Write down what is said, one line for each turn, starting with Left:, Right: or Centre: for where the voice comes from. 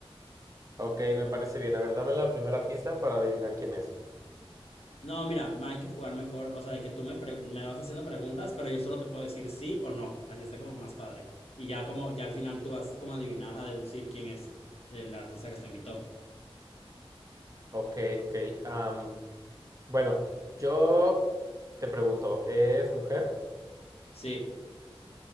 Right: Ok, me parece bien. A ver, dame la primera pista para adivinar quién es.
Left: No, mira, ma, hay que jugar mejor, o sea, de que tú me, pre- me vas haciendo preguntas, pero yo solo te puedo decir sí o no, así está como más padre. Y ya como, ya al final tú vas como a adivinar, a deducir quién es el artista que está en mi top.
Right: Ok, ok. am, bueno, yo te pregunto, ¿es mujer?
Left: Sí,